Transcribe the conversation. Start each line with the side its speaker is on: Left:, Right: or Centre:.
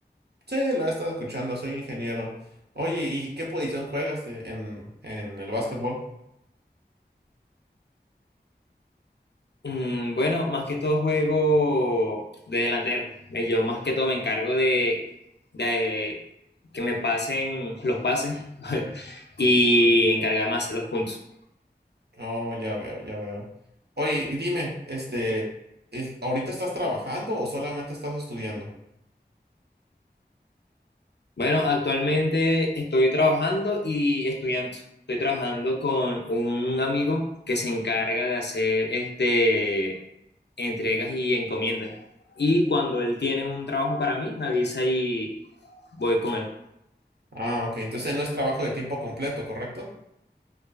Right: Sí, lo he estado escuchando, soy ingeniero. Oye, ¿y qué posición juegas de- en, en el básquetbol?
Left: Mm, bueno, más que todo juego de delantero. Eh, Yo más que todo me encargo de, de que me pasen los pases <laughs> y encargarme de hacer los puntos.
Right: Oh, ya veo, ya veo. Oye, y dime, este, es- ¿ahorita estás trabajando o solamente estás estudiando?
Left: Bueno, actualmente estoy trabajando y estudiando. Estoy trabajando con un amigo que se encarga de hacer este entregas y encomiendas. Y cuando él tiene un trabajo para mí, me avisa y voy con él.
Right: Ah, ok, entonces no es trabajo de tiempo completo, ¿correcto?